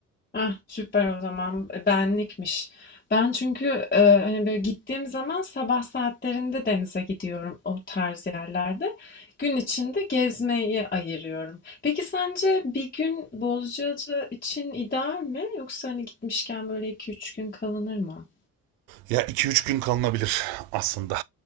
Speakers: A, on the left; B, on the right.
A: Ah, süper o zaman. E, Benlikmiş. Ben çünkü e, hani böyle gittiğim zaman sabah saatlerinde denize gidiyorum o tarz yerlerde. Gün içinde gezmeyi ayırıyorum. Peki sence bir gün Bozcaada için ideal mi? Yoksa hani gitmişken böyle iki üç gün kalınır mı?
B: Ya iki üç gün kalınabilir aslında.